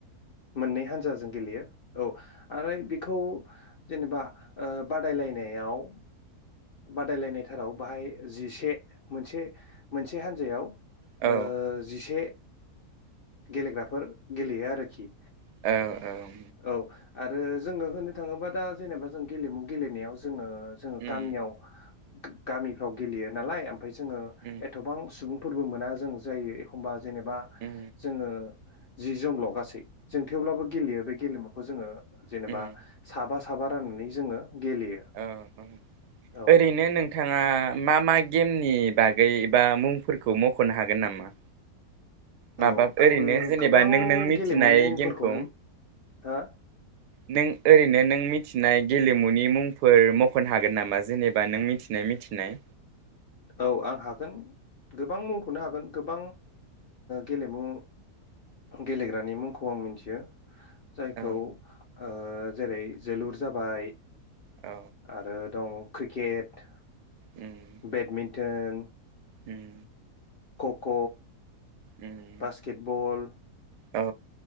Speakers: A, on the left; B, on the right.
A: मोननै हान्जाजों गेलेयो। औ आरो बेखौ जेनेबा ओ बादायलायनायाव बादायलायनाय थाराव बाहाय जिसे मोनसे मोनसे हान्जायाव।
B: औ
A: ओ जिसे गेलेग्राफोर गेलेयो आरोखि
B: औ औ
A: औ आरो जोङो होननो थाङोबा दा जेनेबा जों गेलेमु गेलेनायाव जोङो जोङो
B: उम
A: गामियाव गामिफ्राव गेलेयो नालाय ओम फ्राय जोङो
B: उम
A: एथ'बां सुबुं फोरबो मोना जों जायो एखम्बा जेनेबा
B: उम
A: जोङो जि जनल' गासै जों थेवब्लाबो गेलेयो बे गेलेमुखौ जोङो जेनेबा
B: उम
A: साबा साबा राननानै जोङो गेलेयो।
B: औ औ
A: औ
B: ओरैनो नों थाङा मा मा गेमनि बागै एबा मुंफोरखौ मख'नो हागोन नामा? माबा
A: औ आङो
B: ओरैनो जेनेबा
A: गोबां
B: नों नों मिथिनाय
A: गेलेमुनि मुंफोरखौनो
B: गेमखौ
A: हा
B: नों ओरैनो नों मिथिनाय गेलेमुनि मुंफोर मख'नो हागोन नामा? जेनेबा नों मिथिनाय मिथिनाय
A: औ आं हागोन गोबां मुंखौनो हागोन गोबां गेलेमु गेलेग्रानि मुंखौ आं मिथियो। जायखौ
B: औ
A: ओ जेरै जोलुर जाबाय
B: औ
A: आरो दं क्रिकेट
B: उम
A: बेडमिन्टन
B: उम
A: खख'
B: उम
A: बासकेटबल
B: औ